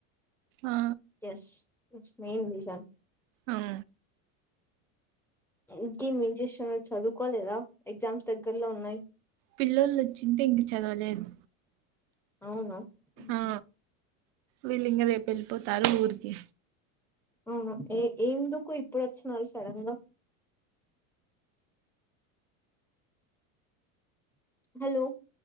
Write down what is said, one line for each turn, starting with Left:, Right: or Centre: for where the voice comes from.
Centre: <inaudible>
Right: ఆ
Centre: ఎస్ మెయిన్ రీజన్
Right: అం
Centre: ఏంటి మీ ఇంటెన్షన్ చదువుకోలేదా ఎగ్జామ్స్ దగ్గర్లో ఉన్నాయి.
Right: పిల్లోళ్ళు వచ్చింటే ఇంక చదవలేదు
Centre: అవునా మ్మ్
Right: ఆ వీళ్ళింకా రేపు ఎళ్ళిపోతారు ఊర్ ఓకే
Centre: అవునా ఏ ఏందుకు ఇప్పుడచ్చినారు సడన్గా హలో